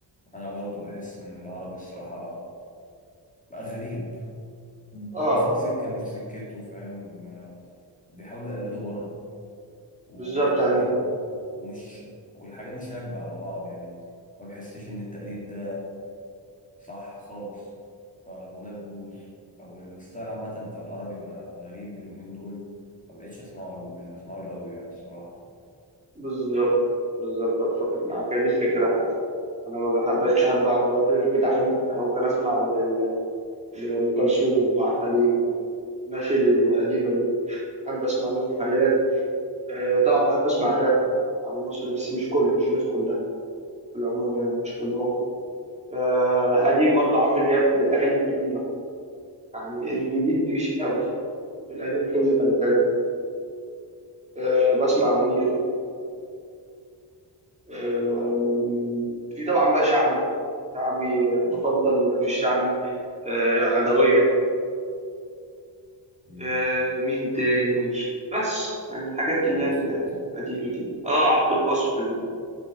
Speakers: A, on the left; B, on the right.
A: انا برضو بحس ان العربي الصراحه بقى غريب
B: آه
A: واخد سكه
B: يعني
A: مش سكته فاهم آه، بيحاولوا يقلدوا بره وتقليد
B: بالظبط يعني
A: ومش والحاجات مش راكبة على بعض يعني ما بحسش إن التقليد ده صح خالص فالأغنية بتبوظ أو الستايل عامة بتاع العربي بقى غريب اليومين دول ما بقتش أسمعه مش بسمعه له قوي يعني الصراحة
B: بالظبط بالظبط أتفق معاك هي دي الفكرة أنا ما بحبش أحب عربي دلوقتي غير بتعليم أنا ممكن أسمع ل- ل- لأم كلثوم وعبد الحليم الناس القديمة دي بحب أسمع لهم حاليا آه، طبعا بحب أسمع الراب بتاع المصري بس مش كله مش الناس كلها في العموم يعني مش كلهم آه قديم برضو عمرو دياب بالاغاني القديمه يعني الجديد مش قوي القديم كله كان حلو آه بسمع منير آه في طبعا بقى شعبي شعبي آه، بفضل في الشعبي آه عدويه
A: مم.
B: آه مين تاني بس يعني الحاجات
A: عبد
B: اللي
A: الباسط
B: هي القديمه دي اه عبد الباسط ال-